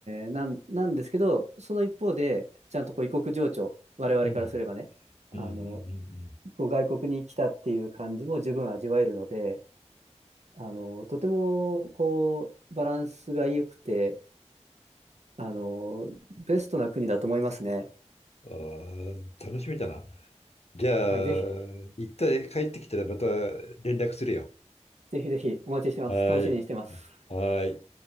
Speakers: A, on the right (about 70°); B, on the left (about 60°).
A: ーなん、なんですけど、その一方で、ちゃんとこう異国情緒、我々からすればね、
B: うん
A: あの、
B: うん
A: こう外国に来たっていう感じも十分味わえるので、あの、とても、こう、バランスが良くて、あの、ベストな国だと思いますね。
B: うんああ、楽しみだな。じゃ
A: はい、ぜひ、
B: あ、一旦帰ってきたらまた連絡するよ。
A: ぜひぜひお待ちしてます。
B: はい。
A: 楽しみにしてます。
B: はい。